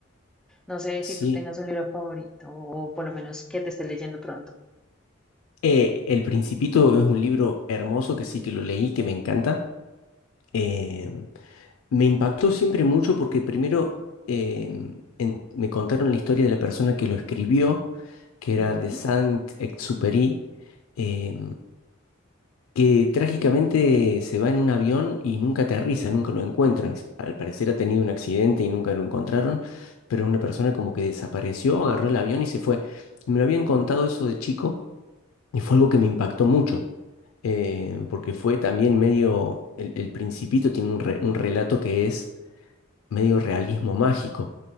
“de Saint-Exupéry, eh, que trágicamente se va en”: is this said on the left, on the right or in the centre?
Left